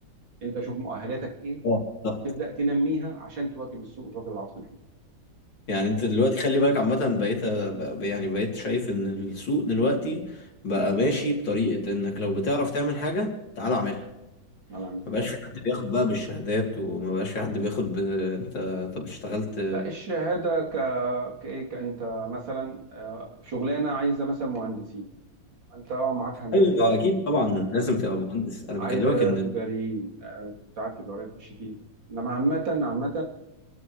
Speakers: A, on the right; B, on the left.
A: انت شوف مؤهلاتك ايه
B: اه بالظبط
A: وتبدا تنميها عشان تواكب السوق وتواكب العصر اللي احنا فيه
B: يعني انت دلوقتي خلي بالك عامة بقيت بق- يعني بقيت شايف ان السوق دلوقتي بقى ماشي بطريقة انك لو بتعرف تعمل حاجة تعال اعملها
A: الله يعمل
B: ما
A: فعلا
B: بقاش في حد بياخد بقى بالشهادات وما بقاش في حد بياخد ب... انت طب اشتغلت
A: لا الشهاده ك كايه كانت مثلا آه، شغلانه عايزه مثلا مهندسين انت اه معاك هندسه
B: ايوه
A: بتخش
B: اكيد طبعا
A: فيها بس
B: لازم تبقى مهندس انا
A: عايزه
B: بكلمك ان
A: تجاريين آه، بتاع التجاره يخش فيها انما عامه عامه